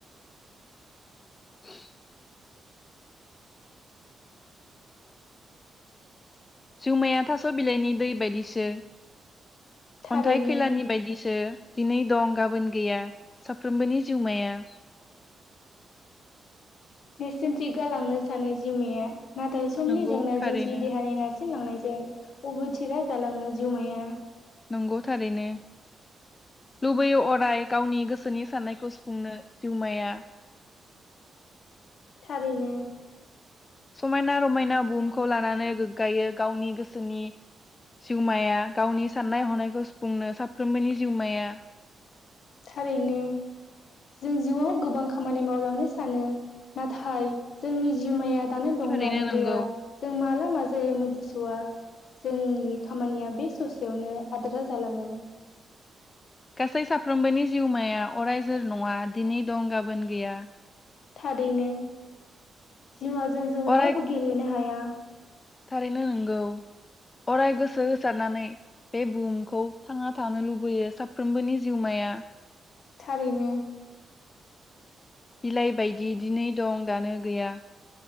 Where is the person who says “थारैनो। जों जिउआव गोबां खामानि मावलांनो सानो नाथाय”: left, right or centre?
Left